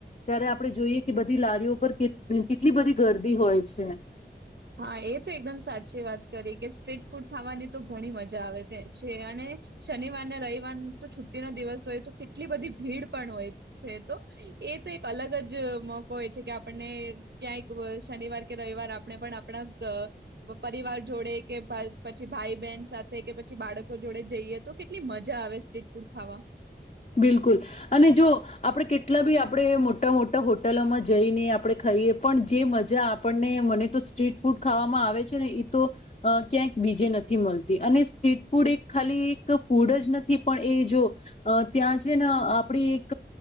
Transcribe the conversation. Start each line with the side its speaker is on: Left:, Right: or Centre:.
Left: ત્યારે આપણે જોઈએ કે બધી લારીઓ પર કેટલી બધી ગર્દી હોય છે.
Right: હા એ તો એકદમ સાચી વાત કરી કે સ્ટ્રીટ ફૂડ ખાવાની તો ઘણી મજા આવે છે અને શનિવારને રવિવાર તો છુટીનો દિવસ હોય તો કેટલી બધી ભીડ પણ હોય છે. તો એ તો એક અલગ જ મોકો હોય છે કે આપણને ક્યાંક શનિવાર કે રવિવાર આપણે પણ આપણા પરિવાર જોડે કે પછી ભાઈ બહેન સાથે કે પછી બાળકો જોડે જઈએ તો કેટલી મજા આવે સ્ટ્રીટ ફૂડ ખાવા.
Left: બિલકુલ. અને જો આપણે કેટલા બી આપણે મોટા મોટા હોટલોમાં જઈને આપણે ખાઈએ પણ જે મજા આપણને મને તો સ્ટ્રીટ ફૂડ ખાવામાં આવે છે ને એ તો ક્યાંક બીજે નથી મળતી, અને સ્ટ્રીટ ફૂડ એક ખાલી એક ફૂડ જ નથી પણ એ જો. અ ત્યાં છે ને આપણી એક